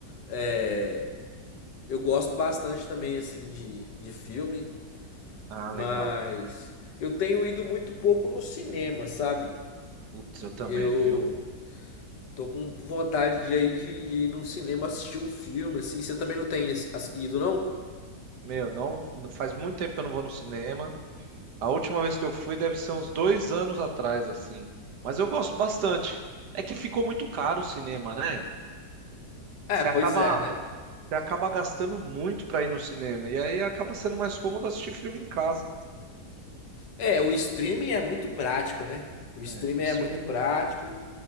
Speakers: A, on the left (about 85°); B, on the right (about 70°).
A: é, eu gosto bastante também, assim, de, de filme.
B: Ah,
A: Mas
B: legal.
A: eu tenho ido muito pouco no cinema, sabe?
B: Putz, eu também,
A: Eu
B: viu?
A: tô com vontade de, aí de, de ir num cinema assistir um filme, assim. Você também não tem esse- assi- ido, não?
B: Meu, não faz muito tempo que eu não vou no cinema. A última vez que eu fui deve ser uns dois anos atrás, assim. Mas eu gosto bastante. É que ficou muito caro o cinema, né?
A: É,
B: Você
A: pois
B: acaba,
A: é, né?
B: você acaba gastando muito pra ir no cinema. E aí acaba sendo mais cômodo assistir filme em casa.
A: É, o streaming é muito prático, né? O streaming
B: É, o
A: é
B: streaming.
A: muito prático